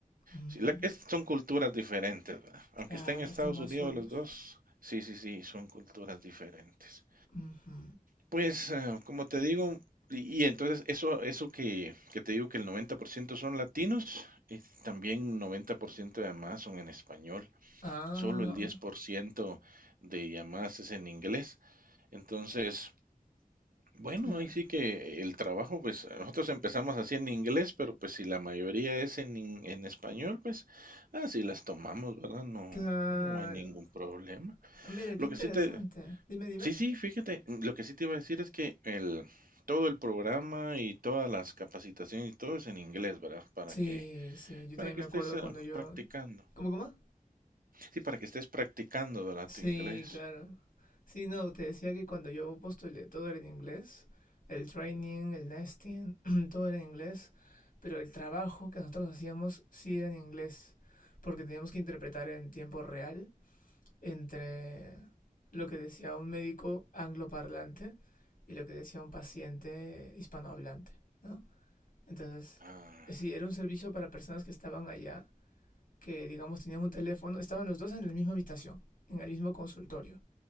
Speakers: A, on the left (about 70°); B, on the right (about 80°).
A: Mm,
B: Sí, la- es- son culturas diferentes, ¿verdad? Aunque
A: claro,
B: estén en Estados
A: están más
B: Unidos
A: solos.
B: los dos, sí, sí, sí, son culturas diferentes.
A: Ujú.
B: Pues, eh, como te digo, y, y entonces eso, eso que, que te digo que el 90% son latinos, y también 90% de llamadas son en español,
A: Ah,
B: solo el 10% de llamadas es en inglés. Entonces, bueno,
A: claro.
B: ahí sí que el trabajo, pues nosotros empezamos así en inglés, pero pues si la mayoría es en, in- en español, pues así las tomamos, ¿verdad? No,
A: Claro.
B: no hay ningún problema.
A: Ah, Mira,
B: Lo
A: qué interesante.
B: que sí te,
A: Dime, dime.
B: sí, sí, fíjate, lo que sí te iba a decir es que el, todo el programa y todas las capacitaciones y todo es en inglés, ¿verdad? Para
A: Sí,
B: que,
A: sí, yo también
B: para que
A: me
B: estés
A: acuerdo
B: eh,
A: cuando yo...
B: practicando.
A: ¿Cómo, cómo?
B: Sí, para que estés practicando, ¿verdad?
A: Sí,
B: Tu inglés.
A: claro. Sí, no, te decía que cuando yo postulé todo era en inglés, el training, el nesting, <clears throat> todo era en inglés, pero el trabajo que nosotros hacíamos sí era en inglés, porque teníamos que interpretar en tiempo real entre lo que decía un médico angloparlante y lo que decía un paciente hispanohablante, ¿no? Entonces,
B: Ah,
A: sí, era un servicio para personas que estaban allá, que digamos tenían un teléfono, estaban los dos en la misma habitación, en el mismo consultorio